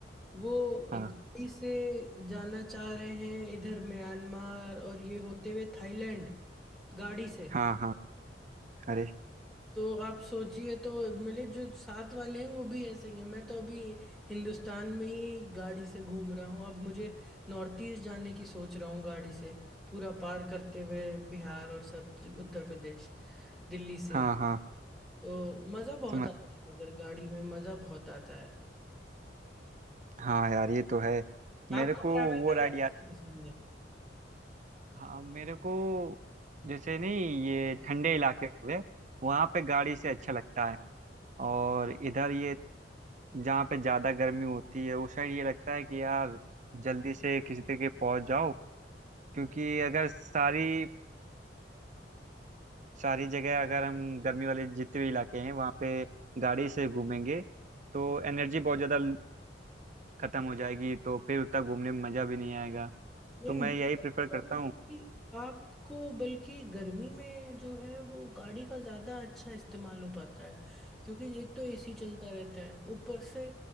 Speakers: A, in the centre; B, on the right.
A: वो
B: हाँ
A: गाड़ी से जाना चाह रहे हैं इधर म्यांमार और ये होते हुए थाईलैंड गाड़ी से
B: हाँ हाँ अरे
A: तो आप सोचिए तो मेरे जो साथ वाले हैं वो भी ऐसे ही हैं मैं तो अभी हिंदुस्तान में ही गाड़ी से घूम रहा हूँ अब मुझे नॉर्थ ईस्ट जाने की सोच रहा हूँ गाड़ी से पूरा पार करते हुए बिहार और सब उत्तर प्रदेश दिल्ली से
B: हाँ
A: ही
B: हाँ
A: तो मजा बहुत
B: समझ
A: आता है मगर गाड़ी में मजा बहुत आता है
B: हाँ यार ये तो है मेरे
A: आपको
B: को
A: ट्रैवल
B: वो
A: करना
B: राइड
A: कैसे
B: याद
A: पसंद है
B: हाँ मेरे को जैसे नहीं ये ठंडे इलाके हो गए वहाँ पे गाड़ी से अच्छा लगता है और इधर ये जहाँ पे ज़्यादा गर्मी होती है उस साइड ये लगता है कि यार जल्दी से किसी तरीके पहुँच जाओ क्योंकि अगर सारी सारी जगह अगर हम गर्मी वाले जितने भी इलाके हैं वहाँ पे गाड़ी से घूमेंगे तो एनर्जी बहुत ज़्यादा खत्म हो जाएगी तो फिर उतना घूमने में मज़ा भी नहीं आएगा
A: नहीं
B: तो
A: मुझे
B: मैं यही प्रेफर करता
A: तो
B: हूँ
A: कि आपको बल्कि गर्मी में जो है वो गाड़ी का ज़्यादा अच्छा इस्तेमाल हो पाता है क्योंकि एक तो एसी चलता रहता है ऊपर से